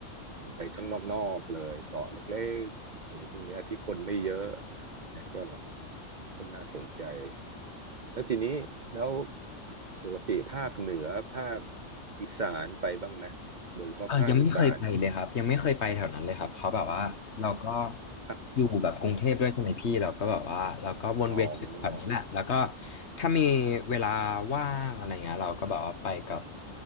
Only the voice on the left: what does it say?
อ่ายังไม่เคยไปเลยครับยังไม่เคยไปแถวนั้นเลยครับเพราะแบบว่าเราก็
อยู่แบบกรุงเทพด้วยใช่ไหมพี่เราก็แบบว่าเราก็วนเวียนอยู่แถวนี้แหละแล้วก็
ถ้ามีเวลาว่างอะไรเงี้ยเราก็แบบว่าไปกับ